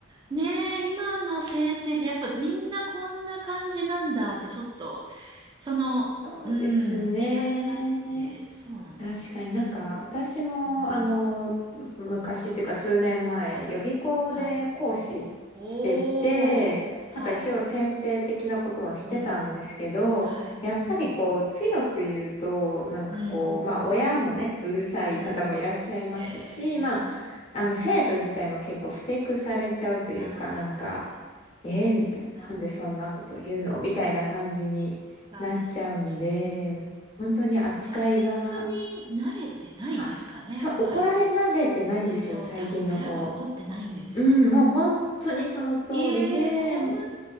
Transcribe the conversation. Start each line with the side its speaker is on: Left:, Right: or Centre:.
Right: ねえ、今の先生ってやっぱみんなこんな感じなんだってちょっと、その、
Left: そうですね。
Right: うん、比較があって、そうなんですよ。
Left: 確かになんか、私も、
Right: うん、
Left: あの、む昔っていうか数年前、
Right: はい、
Left: 予備校で講師してて、
Right: はい。おー、はい。
Left: なんか一応先生的なことはしてたんですけど、
Right: うんうん。はい。
Left: やっぱりこう、
Right: うん。
Left: 強く言うと、なんかこう、
Right: うん。
Left: まあ親もね、うるさい方もいらっしゃいますし、
Right: うん。へえ。
Left: まあ、あの、生徒自体も結構不適されちゃうというか、
Right: あ
Left: なんか、えー、みたいな、
Right: ーあ。
Left: なんでそんなこと言うのみたいな感じになっちゃうんで、
Right: なんか、うんうん
Left: 本当に扱いが、
Right: 挫折に慣れてないんですかね、
Left: あ、そう、怒られ慣れてないんですよ、
Right: ああいう子って。そう、
Left: 最近の子。
Right: 多分親が怒ってないんですよ。
Left: うん、もう本当にその通りで、
Right: ええ、困る